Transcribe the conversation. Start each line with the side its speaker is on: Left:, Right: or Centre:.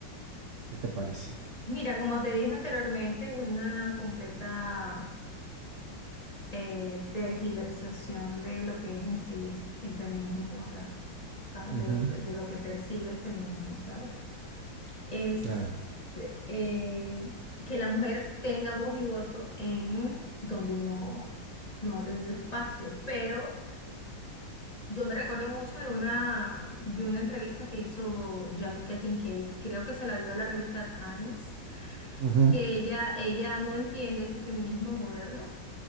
Right: ¿qué te parecen?
Left: mira, como te dije anteriormente, es una completa eh, tergiversación de lo que es en sí el feminismo como tal, ¿sabes?
Right: Ujú,
Left: De lo, de lo que persigue el feminismo, ¿sabes? Es
Right: claro.
Left: eh, eh, que la mujer tenga voz y voto en donde no, no ha tenido espacio, pero yo me recuerdo mucho de una, de una entrevista que hizo Jamaica Kincaid, creo que se la dio a la revista Times,
Right: Ujú.
Left: que ella, ella no entiende ese feminismo moderno